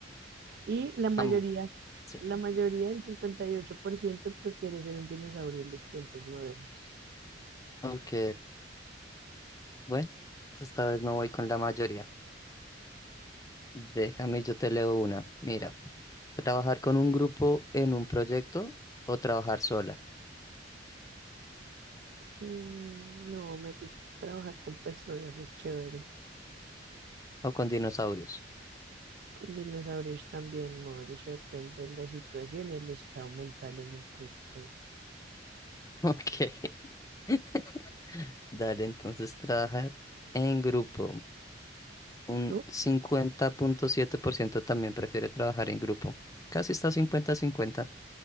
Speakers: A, on the right; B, on the left.
A: Y la mayoría,
B: Am- sí.
A: la mayoría, el 58% prefiere ser un dinosaurio en los tiempos modernos.
B: Ok. Bueno, esta vez no voy con la mayoría. Déjame, yo te leo una. Mira, trabajar con un grupo en un proyecto o trabajar sola
A: Mm, no, me gusta trabajar con personas, es chévere.
B: o con dinosaurios. <laughs>
A: Con dinosaurios también, amor, eso depende de la situación y el estado mental en el que esté.
B: Ok. <laughs> Dale, entonces trabajar en grupo. Un
A: ¿Tú?
B: cincuenta punto siete por ciento también prefiere trabajar en grupo. Casi está cincuenta-cincuenta.